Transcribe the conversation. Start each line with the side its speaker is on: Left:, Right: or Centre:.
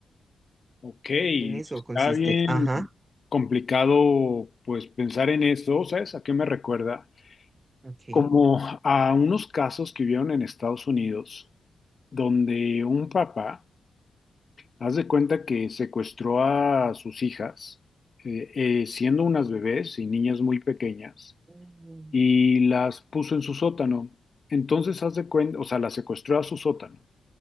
Left: Ok,
Right: En eso
Left: está
Right: consiste,
Left: bien
Right: ajá,
Left: complicado pues pensar en eso, ¿sabes? ¿A qué me recuerda?
Right: ok.
Left: Como a unos casos que vieron en Estados Unidos, donde un papá, haz de cuenta que secuestró a sus hijas, eh, eh, siendo unas bebés y niñas muy pequeñas,
Right: Mm,
Left: y las puso en su sótano. Entonces, haz de cuenta, o sea, las secuestró a su sótano.